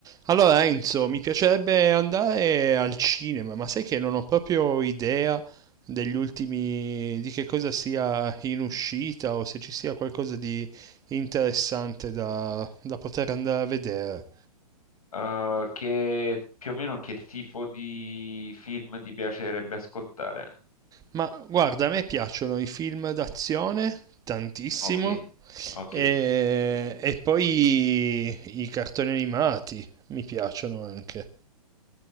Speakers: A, on the right; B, on the left.
A: Allora Enzo, mi piacerebbe andare al cinema, ma sai che non ho proprio idea degli ultimi, di che cosa sia in uscita o se ci sia qualcosa di interessante da, da poter andare a vedere.
B: Eh, che più o meno che tipo di film ti piacerebbe ascoltare?
A: Ma guarda, a me piacciono i film d'azione tantissimo
B: Ok, ok.
A: e, e poi i cartoni animati mi piacciono anche.